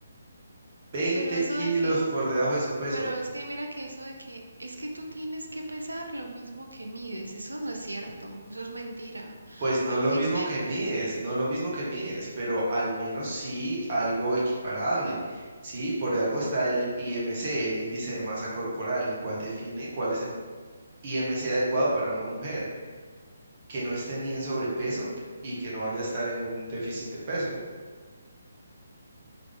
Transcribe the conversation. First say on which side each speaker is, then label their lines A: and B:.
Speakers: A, on the right (about 45°); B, on the right (about 85°).
A: 20
B: Pero eso
A: kilos
B: de que,
A: por debajo de su peso.
B: pero es que mira que eso de que es que tú tienes que pesar lo mismo que mides, eso no es cierto, eso es mentira.
A: Pues no
B: Hay
A: lo
B: gente,
A: mismo que mides, no lo mismo que mides, pero al menos sí algo equiparable, ¿sí? Por algo está el IMC, el índice de masa corporal, el cual define cuál es el IMC adecuado para una mujer, que no esté ni en sobrepeso y que no vaya a estar en un déficit de peso.